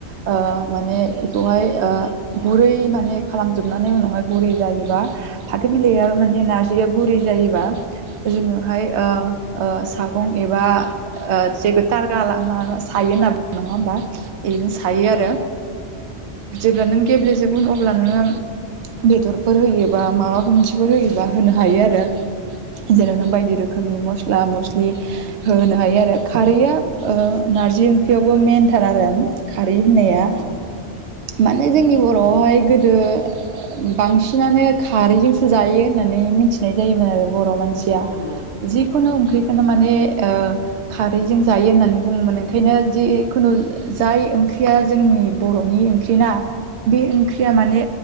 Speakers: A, on the right; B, on the right.
A: ओ माने बेखौहाय ओ। गुरै माने खालामजोबनानै उनावहाय गुरै जायोबा फाथो बिलाइआ माने नार्जिया गुरै जायोबा जोङोहाय ओ ओ सागं एबा ओ जेगो थारगा ला मा सायो होनना नङा होमबा बेजों सायो आरो जेब्ला नों गेब्लेेजेबोगोन अब्ला नोङो बेदरफोर होयोबा माबाफोर मोनसे फोर होयोबा होनो हायो आरो जेराव नों बायदि रोखोमनि मस स्ला मस्लि होनो हायो आरो खारैया ओ नारजि ओंख्रियावबो मेनथार आरो खारै होननाया
B: औ
A: माने जोंनि बर'आवहाय गोदो बांसिनानो खारैजोंसो जायो होननानै मिथिनाय जायोमोन आरो। बर' मानसिया
B: औ औ
A: जिखुनु
B: आंबो
A: ओंख्रिखौनो
B: खोनादों एसे
A: माने
B: औ
A: ओ खारैजों जायो होननानै बुङोमो नोंखायनो जिखुनु जाय ओंख्रिया जोंनि बर'नि ओंख्रिना बे ओंख्रिया माने